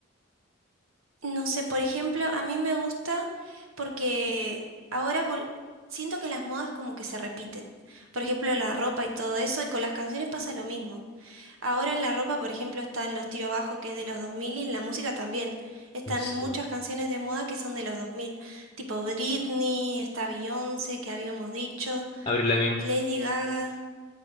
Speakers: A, on the right; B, on the left.
A: No sé, por ejemplo, a mí me gusta porque ahora vol- siento que las modas como que se repiten. Por ejemplo, la ropa y todo eso, y con las canciones pasa lo mismo. Ahora en la ropa, por ejemplo, están los tiro bajo que es de los 2000 y en la música también. Están
B: Eso.
A: muchas canciones de moda que son de los 2000. tipo Britney, está Beyoncé, que habíamos dicho,
B: Avril Lavigne.
A: Lady Gaga,